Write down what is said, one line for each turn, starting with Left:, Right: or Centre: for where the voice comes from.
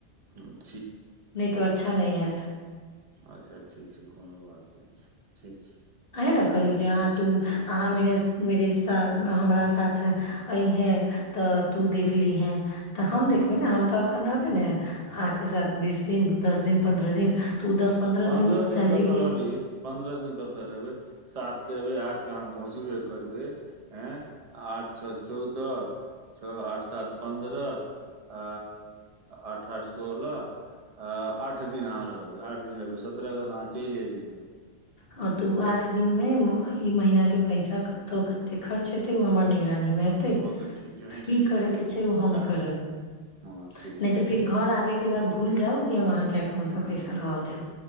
Right: अ
Left: नहि तो अच्छा नहिं ह
Right: अच्छा ठीक छै कोनो बात नहि छै ठीक छै
Left: अहे ने कहलहुँ जे अहाँ तु अहाँ मे मेरे सा हमरा साथ अईहे तऽ तू देखलीहे तऽ हम देखबै ने हम तऽ एखन रहबे ने अहाँके साथ बीस दिन दस दिन पन्द्रह दिन तऽ उ दस
Right: पन्द्रह
Left: सैलरी
Right: दिन कतहु
Left: के
Right: रहबिे पन्द्रह दिन कतहु बे सात के एबे आठ के अहाँ पहुँचबे करबे ए आठ छओ चौदह छओ आठ सात पन्द्रह आ आठ आठ सोलह आठ दिन अहाँ रहब आठ दिन रहै सत्रह तऽहाँ चल ले जे
Left: ह तऽ उ आठ दिन में ई महीना के पैसा कते कते खर्च हेते उ हमर निगरानी में ह हतै
Right: हँ तऽ ठीक छै अहींके
Left: आ की
Right: निगरानीमे
Left: करैके छै ओ
Right: सब
Left: हम
Right: हैत
Left: करब नहि
Right: हँ ठीक छै
Left: तऽ फिर घर आबेके के बाद भूल जाउ कि हम अहाँके अकाउंट मे पैसा रह देब